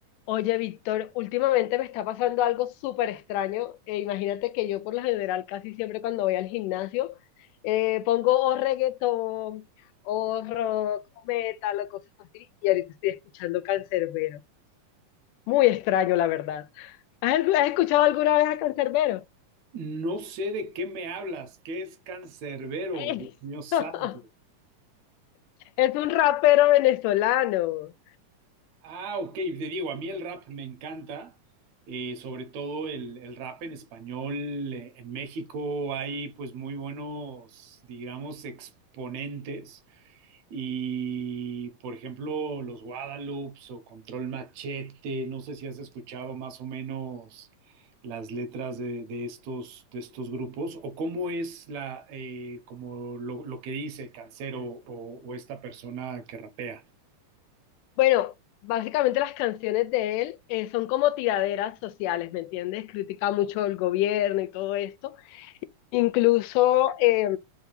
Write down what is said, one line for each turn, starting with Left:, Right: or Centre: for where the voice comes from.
Left: Oye, Víctor, últimamente me está pasando algo súper extraño. Eh, imagínate que yo por lo general casi siempre cuando voy al gimnasio eh, pongo o reggaetón o rock o metal o cosas así y ahorita estoy escuchando Canserbero. Muy extraño, la verdad. ¿Has, algu- has escuchado alguna vez a Canserbero?
Right: No sé de qué me hablas, qué es cancerbero,
Left: <laughs>
Right: Dios mío santo.
Left: Es un rapero venezolano.
Right: Ah, ok, te digo, a mí el rap me encanta, eh, sobre todo el, el rap en español. eh, En México hay pues muy buenos, digamos, exponentes. Y, por ejemplo, los Guadalupes o Control Machete, no sé si has escuchado más o menos las letras de, de estos, de estos grupos o cómo es la, eh, como lo, lo que dice Cancero o, o esta persona que rapea.
Left: Bueno, básicamente las canciones de él eh, son como tiraderas sociales, ¿me entiendes? Critica mucho el gobierno y todo esto, Incluso eh,